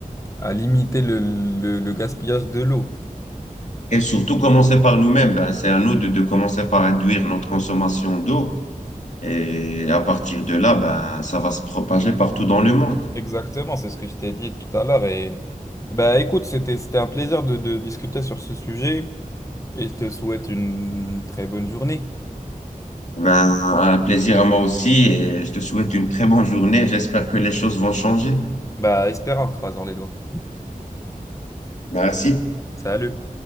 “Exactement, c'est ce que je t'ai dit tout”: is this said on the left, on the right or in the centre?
Left